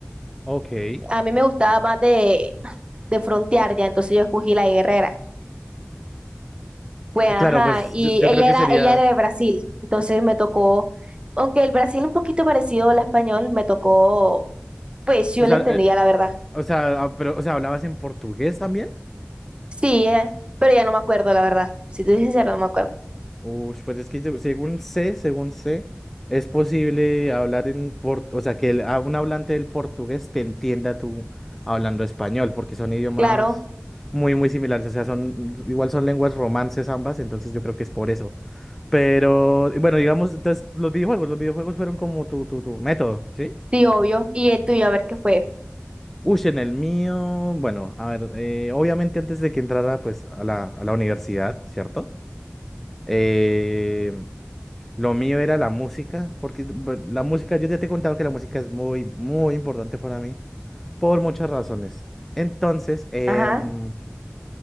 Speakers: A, in the centre; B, on the right (about 25°).
A: Ok. Eh,
B: A mí me gustaba más de, de frontear ya, entonces yo escogí la de guerrera. Pues ajá,
A: claro, pues
B: y
A: yo, yo
B: ella
A: creo que
B: era,
A: sería.
B: ella era de Brasil, entonces me tocó, aunque el Brasil un poquito parecido al español, me tocó, pues yo
A: O
B: la
A: sea,
B: entendía,
A: eh,
B: la verdad.
A: O sea, ah, pero, o sea, ¿hablabas en portugués también?
B: Sí, eh, pero ya no me acuerdo, la verdad. Si te soy sincero, no me acuerdo.
A: Uy, pues es que se- según sé, según sé, es posible hablar en portugués, o sea, que el- a un hablante del portugués te entienda tú hablando español, porque son idiomas
B: Claro,
A: muy, muy similares, o sea, son, igual son lenguas romances ambas, entonces yo creo que es por eso. Pero, y bueno, digamos, entonces, los videojuegos, los videojuegos fueron como tu, tu, tu método, ¿sí?
B: sí, obvio. Y el tuyo, a ver qué fue.
A: Uy, en el mío, bueno, a ver, eh, obviamente antes de que entrara, pues, a la, a la universidad, ¿cierto? Eh, lo mío era la música, porque bu- la música, yo ya te he contado que la música es muy, muy importante para mí, por muchas razones. Entonces, em,
B: Ajá.